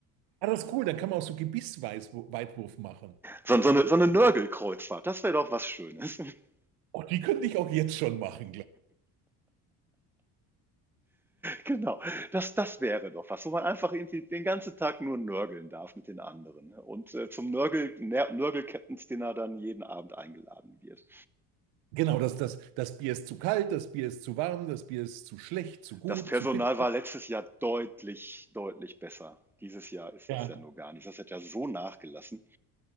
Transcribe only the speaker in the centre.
So, so eine, so eine Nörgelkreuzfahrt, das wäre doch was Schönes. <laughs>
Genau, das, das wäre doch was, wo man einfach irgendwie den ganzen Tag nur nörgeln darf mit den anderen. ne? Und äh, zum Nörgel, Nörgel-Captain's Dinner dann jeden Abend eingeladen wird.
Das Personal
war letztes Jahr deutlich, deutlich besser. Dieses Jahr ist
das ja nur gar nicht. Das hat ja so nachgelassen.